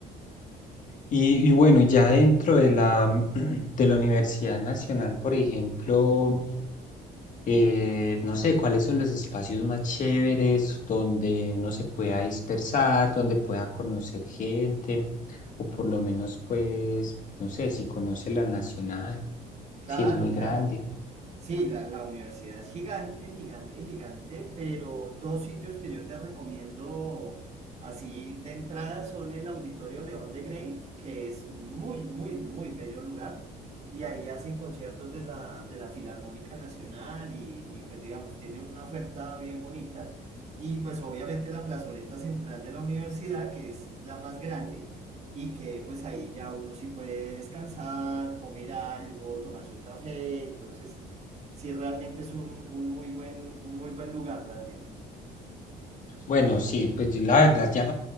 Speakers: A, on the left; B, on the right.
A: Y, y bueno, y ya dentro de la, <clears throat> de la Universidad Nacional, por ejemplo, eh, no sé, cuáles son los espacios más chéveres donde uno se pueda dispersar, donde pueda conocer gente, o por lo menos, pues, no sé, si conoce la Nacional,
B: Claro,
A: si es muy
B: claro.
A: grande.
B: Sí, la, la universidad es gigante, gigante, gigante, pero dos sitios que yo te recomiendo así de entrada son el Auditorio León de Grave, que es muy, muy, muy bello lugar, y ahí hacen conciertos de la, de la Filarmónica Nacional y, y pues digamos, tienen una oferta bien bonita, y pues obviamente la plazoleta central de la universidad, que es la más grande, y que pues ahí ya uno sí puede descansar, comer algo, tomarse un café, entonces sí realmente es un, un muy buen, un muy buen lugar realmente.
A: Bueno, sí, pues yo la verdad ya,